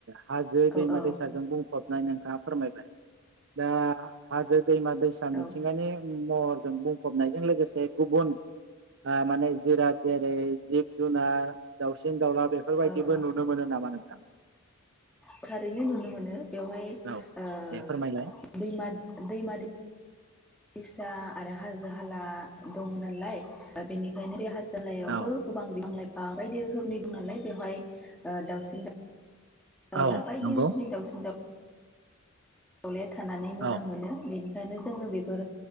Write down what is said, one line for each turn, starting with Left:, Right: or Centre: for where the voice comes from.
Right: हाजो दैमा
Centre: औ
Right: दैसाजोंबो हबनानै नोंथाङा फोरमायबाय दा हाजो दैमा दैसा
Centre: औ
Right: मिथिंङानि महर जों बुंफबनायजों लोगोसे गुबुन ओ माने जेरा जिरै जिब जुनार दावसिन दावला बेफोरबायदिबो
Centre: औ औ
Right: नुनो मोनो नाम मा नोंथां
Centre: थारैनो नुनो मोनो बेवहाय
Right: औ
Centre: ओ
Right: दे फोरमायलाय
Centre: दैमा दैमा दै दैसा आरो हाजो हाला दङ नालाय दा बेनिखायनो बे हाजो लायावबो
Right: औ
Centre: गोबां बिबां लाय फा बायदि रोखोमनि दं नालाय बेवहाय ओ दाउसिन दाउ दाउला
Right: औ
Centre: बायदि
Right: नंगौ
Centre: रोखोमनि दावसिन दाउ <unintelligible> थानानै मोजां
Right: औ
Centre: मोनो बेनि खायनो जोङो बेफोर